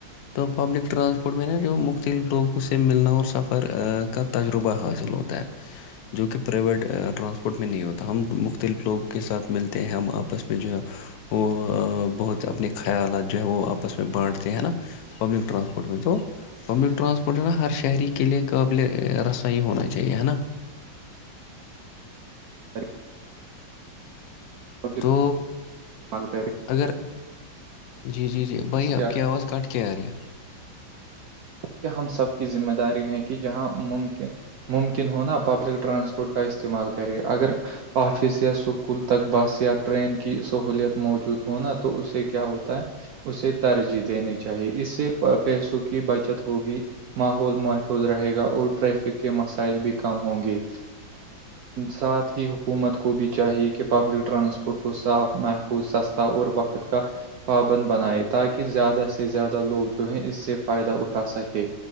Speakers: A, on the left; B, on the right.
A: تو پبلک ٹرانسپورٹ میں نا جو مختلف لوگوں سے ملنا اور سفر کا تجربہ حاصل ہوتا ہے جو کہ پرائیویٹ ٹرانسپورٹ میں نہیں ہوتا ہم مختلف لوگوں کے ساتھ ملتے ہیں ہم آپس میں جو ہے وہ بہت اپنے خیالات جو ہے وہ آپس میں بانٹتے ہیں نا پبلک رانسپورٹ منتو پبلک ٹرانسپورٹ جو ہے نا ہر شہری کے لیے قابل رسائی ہونا چاہیے ہے نا
B: ہے پبلک
A: تو
B: استعمال
A: اگر جی جی جی
B: کریں
A: بھائی آپ کی آواز کاٹ کیرییا
B: کہ ہم سب کی ذمہ داری ہے کہ جہاں ممکن ممکن ہونا پبلک ٹرانسپورٹ کا استعمال کرے اگر آفس یا اسکول تک بس یا ٹرین کی سہوولت موجود ہوناا تو اسے کیا ہوتا ہے اسے ترجیح دینی چاہیے اس سے پیسوں کی بچت ہوگی ماحول محفوظ رہے گا اور ٹریفک کے مسائل بھی کم ہوں گے ساتھ ہی حکومت کو بھی چاہیے کہ پبلک ٹرانسپورٹ کو صاف محف وہ سستا اور وقت کا پابند بنائے تاکہ زیادہ سے زیادہ لوگ جو ہے اس سے فائدہ اٹھا سکے